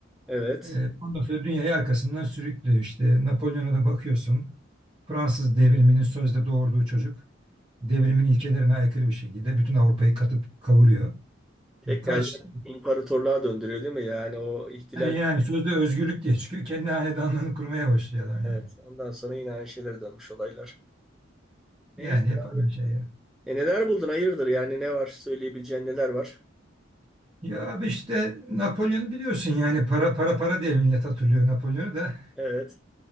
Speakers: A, in the centre; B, on the right.
A: evet.
B: Ee, Ondan sonra dünyayı arkasından sürüklüyor. İşte Napolyon'a da bakıyorsun. Fransız devriminin sözde doğurduğu çocuk devrimin ilkelerine aykırı bir şekilde bütün Avrupa'yı katıp kavuruyor.
A: Tekrar
B: Kaç
A: imparatorluğa döndürüyor değil mi? Yani o ihtilal
B: e, yani sözde özgürlük diye çıkıyor. Kendi hanedanlığını kurmaya başlıyor adam
A: evet.
B: yani.
A: Ondan sonra yine aynı şeylere dönmüş olaylar. Neyse
B: Yani hep aynı
A: abi.
B: şey ya.
A: E neler buldun? Hayırdır? Yani ne var? Söyleyebileceğin neler var?
B: Ya abi işte Napolyon'u biliyorsun yani para para para diye millet hatırlıyor Napolyon'u da.
A: Evet.